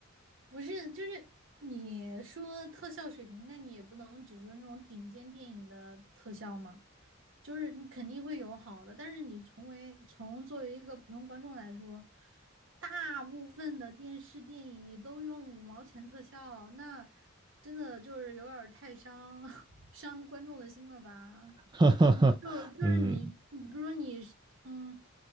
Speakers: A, on the right; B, on the right.
A: 不是，就是你说特效水平，那你也不能只说那种顶尖电影的特效嘛，就是你肯定会有好的，但是你从为从作为一个普通观众来说，大部分的电视电影你都用五毛钱特效，那真的就是有点儿太伤 <laughs> 伤观众的心了吧？
B: <laughs> 哈哈哈，
A: 你就就是你，
B: 嗯，
A: 你比如说你是嗯。